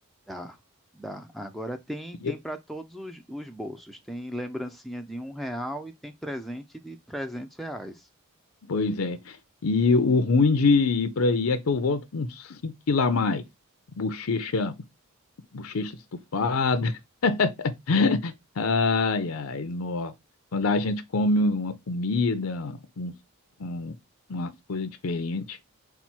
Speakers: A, in the centre; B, on the left.
A: Dá, dá. Agora tem,
B: E-
A: tem para todos os, os bolsos. Tem lembrancinha de um real e tem presente de 300 reais.
B: Pois é. E o ruim de ir para aí é que eu volto com 5 quilos a mais. Bochecha, bochecha estufada. <laughs> Ai, ai, nossa. Quando a gente come uma comida, uns- um- umas coisas diferentes,